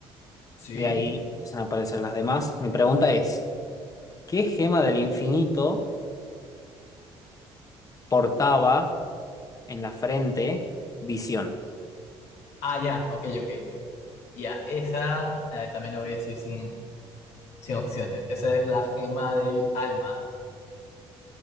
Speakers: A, on the left (about 70°); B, on the left (about 30°).
A: Sí.
B: de ahí empiezan a aparecer las demás. Mi pregunta es, ¿qué gema del infinito portaba en la frente Visión?
A: Ah, ya, ok, ok. Ya, esa, eh, también la voy a decir sin, sin opciones. Esa es la gema del alma.